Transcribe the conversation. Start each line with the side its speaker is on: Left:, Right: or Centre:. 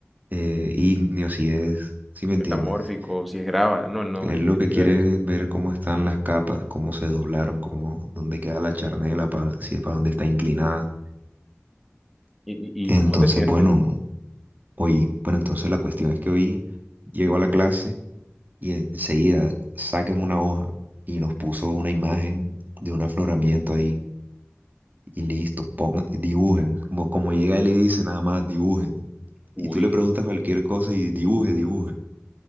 Right: eh, ígneo, si es, ¿sí me entiendes?
Centre: metamórfico, si es grava, no, no,
Right: Él
Centre: no
Right: lo
Centre: tiene
Right: que
Centre: que
Right: quiere
Centre: ver eso.
Right: es ver cómo están las capas, cómo se doblaron, cómo, dónde queda la charnela, para, si para dónde está inclinada.
Centre: ¿Y, y-
Right: Entonces,
Centre: y cómo te sientes?
Right: bueno, hoy, bueno, entonces la cuestión es que hoy llegó a la clase y enseguida saquen una hoja y nos puso una imagen de un afloramiento ahí y listo, pongan, dibujen, como, como llega él y dice nada más, dibujen.
Centre: Uy,
Right: Y tú le preguntas cualquier cosa y dibuje, dibuje.